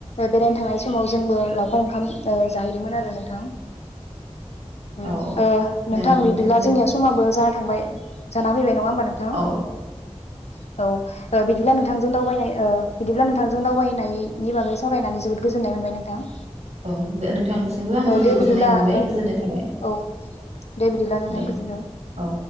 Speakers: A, on the left; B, on the right.
A: बेरायनो थांनाय समाव जोंबो लावखार ओंखाम जाहैदोंमोन आरो नोंथां ओम
B: औ
A: नोंथां
B: औ
A: बिदिब्ला जोंनिया समाबो जा थांबाय जाना फैबाय नङा होनबा नोंथां
B: औ
A: <inaudible> औ बिदिब्ला नोंथांजों दावबायनाय ओ बिदिब्ला नोंथांजों दावबायनायनि बागै सावरायनानै जोबोद गोजोननाय मोनबाय नोंथां।
B: औ <unintelligible> नोंथांनिसिमबो आं
A: ओ
B: जोबोर
A: दे
B: गोजोननाय
A: बिदिब्ला
B: मोनबाय
A: ओ
B: गोजोननाय थाबाय
A: औ दे बिदिब्ला नोंथां
B: दे
A: गोजोनथों।
B: औ